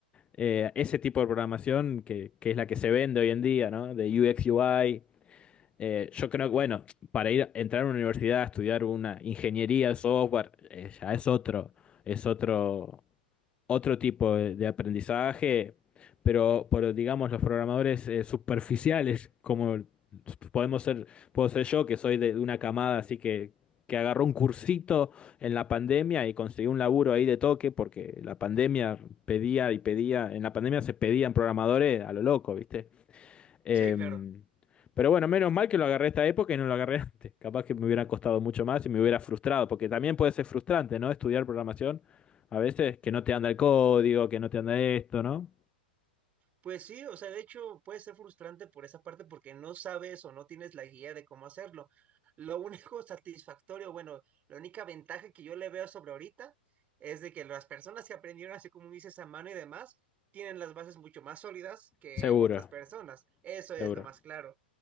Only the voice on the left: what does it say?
eh, ese tipo de programación que, que es la que se vende hoy en día, ¿no? De UX UI. Eh, yo creo que, bueno, para ir entrar a una universidad a estudiar una ingeniería de software, eh, ya es otro, es otro, otro tipo de, de aprendizaje, pero, pero digamos, los programadores eh, superficiales, como podemos ser, puedo ser yo, que soy de, de una camada, así que, que agarró un cursito en la pandemia y consiguió un laburo ahí de toque, porque la pandemia pedía y pedía, en la pandemia se pedían programadores a lo loco, ¿viste? Em,
pero bueno, menos mal que lo agarré esta época y no lo agarré <laughs> antes. Capaz que me hubiera costado mucho más y me hubiera frustrado, porque también puede ser frustrante, ¿no? Estudiar programación a veces que no te anda el código, que no te anda esto, ¿no?
Seguro,
seguro.